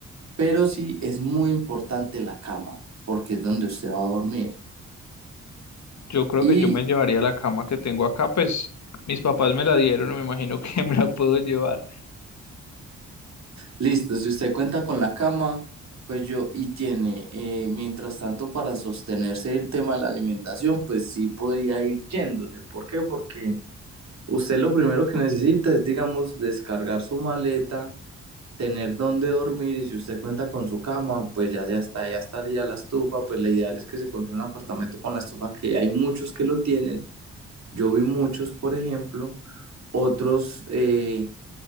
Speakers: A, on the right; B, on the left.
A: pero sí es muy importante la cama, porque es donde usted va a dormir.
B: yo creo
A: y
B: que yo me llevaría la cama que tengo acá, pues mis papás me la dieron, me imagino que <laughs> me la puedo llevar.
A: Listo, si usted cuenta con la cama, pues yo, y tiene, eh, mientras tanto, para sostenerse el tema de la alimentación, pues sí podría ir yéndose. ¿Por qué? Porque usted lo primero que necesita es, digamos, descargar su maleta, tener dónde dormir, y si usted cuenta con su cama, pues ya, de hasta ya estaría la estufa, pues lo ideal es que se consiga un apartamento con la estufa, que hay muchos que lo tienen. Yo vi muchos, por ejemplo, otros... eh,